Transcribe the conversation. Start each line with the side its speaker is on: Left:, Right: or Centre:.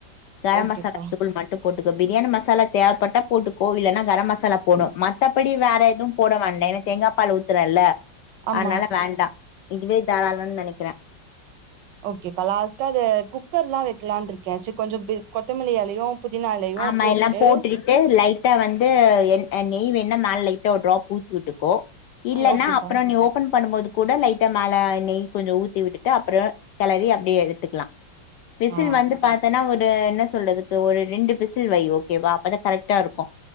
Left: கரம்
Right: ஓகேக்கா
Left: மசாலா தூள் மட்டு போட்டுக்கோ பிரியாணி மசாலா தேவப்பட்டா போட்டுக்கோ இல்லன்னா கரம் மசாலா போணு மத்தபடி வேற எதுவு போட வேண்டாம் ஏனா தேங்கா பால் ஊத்துறல்ல
Right: ஆமா
Left: அதனால வேண்டாம் இதுவே தாராளம்னு நெனைக்கறே
Right: ஓகே அக்கா லாஸ்ட்டா அது குக்கர்ல்லாம் வக்கலான்னு இருக்கேச்சு கொஞ்ச கொத்தமல்லி எலயும் புதினா எலயும்
Left: ஆமா
Right: போட்டுட்டு
Left: எல்லா போட்டுக்கிட்டு லைட்டா வந்து எ நெய் வேனா மேல லைட்டா ஒரு ட்ராப் ஊத்தி விட்டுக்கோ இல்லன்னா
Right: ம் ஓகேக்கா
Left: அப்பறம் நீ ஓபன் பண்ணும் போது கூட லைட்டா மேல நெய் கொஞ்ச ஊத்தி விட்டுட்டு அப்பறம் களரி அப்டியே எடுத்துக்கலாம் விசில்
Right: ஆ
Left: வந்து பாத்தன்னா ஒரு என்ன சொல்றதுக்கு ஒரு ரெண்டு விசில் வை ஓகேவா அப்பதா கரெக்டா இருக்கும்